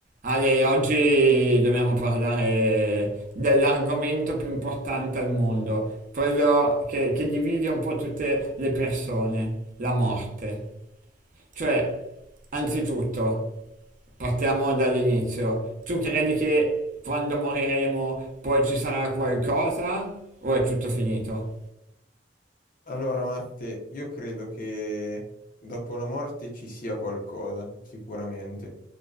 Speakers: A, on the right; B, on the left.
A: Ale, oggi dobbiamo parlare dell'argomento più importante al mondo, quello che, che divide un po' tutte le persone, la morte. Cioè, anzitutto, partiamo dall'inizio. Tu credi che quando moriremo poi ci sarà qualcosa o è tutto finito?
B: Allora, Matte, io credo che dopo la morte ci sia qualcosa, sicuramente.